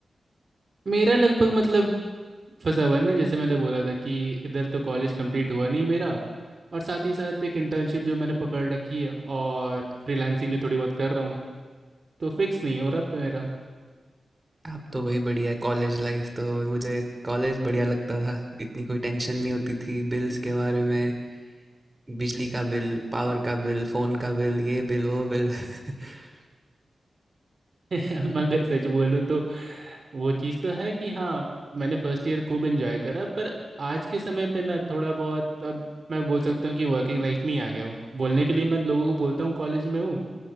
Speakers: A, on the right; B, on the right.
A: मेरा लगभग मतलब फंसा हुआ है ना जैसे मैंने बोला था कि इधर तो कॉलेज कंप्लीट हुआ नहीं मेरा और साथ ही साथ एक इंटर्नशिप जो मैंने पकड़ रखी है और फ्रीलांसिंग भी थोड़ी बहुत कर रहा हूँ तो फिक्स नहीं हो रहा मेरा
B: आप तो वही बढ़िया है कॉलेज लाइफ तो भाई मुझे कॉलेज बढ़िया लगता था इतनी कोई टेंशन नहीं होती थी बिल्स के बारे में बिजली का बिल पावर का बिल फ़ोन का बिल ये बिल वो बिल <laughs>
A: <laughs> मगर सच बोलूँ तो वो चीज़ तो है कि हाँ मैंने फर्स्ट ईयर खूब एंजॉय करा पर आज के समय पे ना थोड़ा बहुत अब मैं बोल सकता हूँ कि वर्किंग लाइफ में ही आ गया हूँ बोलने के लिए मैं लोगों को बोलता हूँ कॉलेज में हूँ